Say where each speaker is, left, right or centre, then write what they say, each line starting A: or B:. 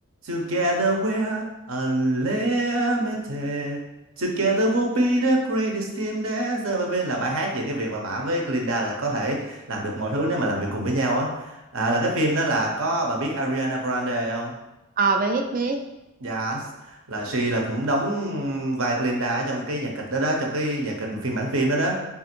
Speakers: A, on the right; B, on the right.
A: Together we're unlimited. Together we'll be the greatest team that's ever been là bài hát về cái việc mà bà với Glinda là có thể làm được mọi thứ nếu mà làm việc cùng với nhau á. À, là cái phim đó là có bà biết Ariana Grande không?
B: ờ biết biết
A: Yes. Là she là cũng đóng vai Glinda ở trong cái nhạc kịch đó đó, trong cái nhạc kịch mà phiên bản phim đó đó.